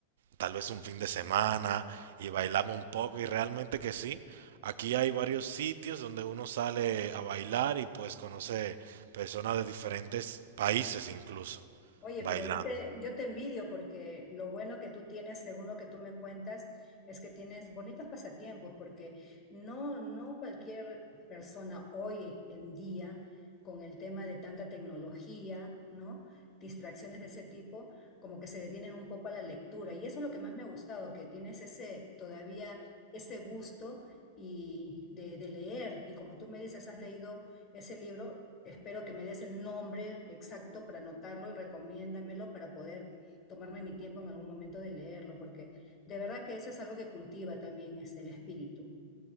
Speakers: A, on the right (about 60°); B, on the left (about 35°).
A: tal vez un fin de semana y bailaba un poco y realmente que sí. Aquí hay varios sitios donde uno sale a bailar y pues conoce personas de diferentes países incluso
B: Oye,
A: bailando.
B: pero yo te, yo te envidio porque lo bueno que tú tienes, según lo que tú me cuentas, es que tienes bonitos pasatiempos, porque no, no cualquier persona hoy en día, con el tema de tanta tecnología, ¿no? Distracciones de ese tipo, como que se detienen un poco a la lectura. Y eso es lo que más me ha gustado, que tienes ese, todavía ese gusto y de, de leer. Y como tú me dices, has leído ese libro, espero que me des el nombre exacto para anotarlo y recomiéndamelo para poder tomarme mi tiempo en algún momento de leerlo, porque de verdad que eso es algo que cultiva también es el espíritu,